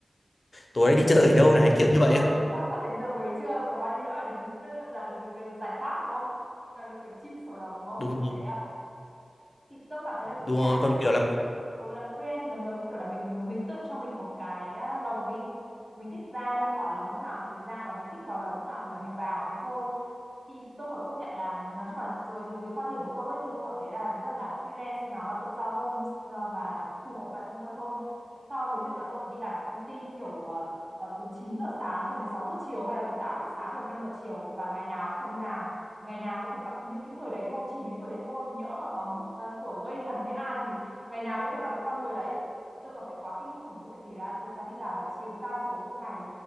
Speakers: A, on the left; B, on the right.
A: tối nay đi chơi ở đâu này kiểu như
B: ờ,
A: vậy ấy.
B: sắp sắp đến giờ về chưa còn bao nhiêu nữa đến là được, được, được giải thoát đúng không là được kiểu chim sổ lồng đúng không
A: đúng
B: kiểu thế à thì tôi cảm thấy là kiểu
A: đúng
B: đi làm
A: rồi. còn
B: à,
A: kiểu làm
B: ừ làm freelance thì nó giống như kiểu là mình mình tự cho mình một cái á, lồng đi mình thích ra là khỏi lồng lúc nào thì mình ra và mình thích vào lồng lúc nào thì là mình vào thế thôi thì tôi phải công nhận là nói chung là với, với cái quan điểm của tôi ấy, thì tôi cảm thấy là đúng là làm freelance nó là tự do hơn ờ, và phù hợp bản thân tôi hơn so với việc là tôi phải đi làm ở công ty kiểu ờ, ờ, từ 9 giờ sáng cho đến sáu giờ chiều hay là từ 8 giờ sáng cho đến năm giờ chiều và ngày nào cũng phải đi làm ngày nào cũng phải gặp những cái người đấy thôi chỉ những người đấy thôi nhỡ mà có ờ, kiểu gây hấn với ai thì ngày nào cũng phải gặp cái con người đấy thì tôi cảm thấy quá kinh khủng ấy tại vì là thời gian đi làm là chiếm đa số trong ngày